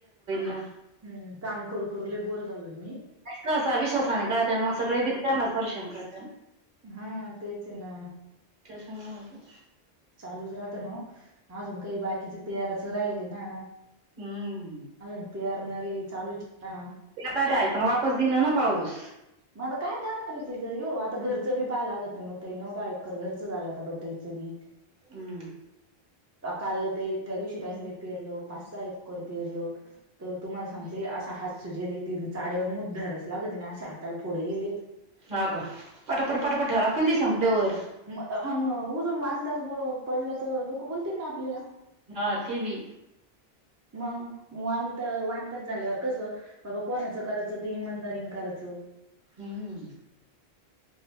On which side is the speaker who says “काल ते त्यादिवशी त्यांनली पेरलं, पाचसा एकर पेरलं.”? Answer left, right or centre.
Right